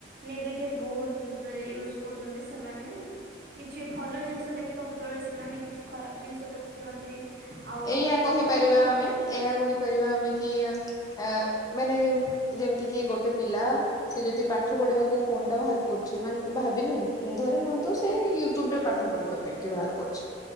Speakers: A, on the right; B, on the left.
A: ନେଗେଟିଭ ବହୁତ ୟୁଜ କରୁଛନ୍ତି ସେମାନେ। କିଛି ଭଲ ଜିନିଷ ଦେଖିବା ବଦଳ ସେମାନେ କିଛି ଖରାପ ଜିନିଷ ଦେଖୁଛନ୍ତି ଆ
B: ଏହିଆ କହିପାରିବା ଆମେ ଏହା କହିପାରିବା ଆମେ କି ଆ ମାନେ ଯେମିତି କି ଗୋଟେ ପିଲା ସେ ଯଦି ପାଠ ପଢିବାକୁ ଫୋନ ଟା ବାହାର କରୁଛି ମାନ୍ ଭାବିନିଅ ଧରି ନିଅନ୍ତୁ ସେ ୟୁଟ୍ୟୁବ ରେ ପାଠ ପଢିବାକୁ ତାଙ୍କେ ବାହାର କରୁଛି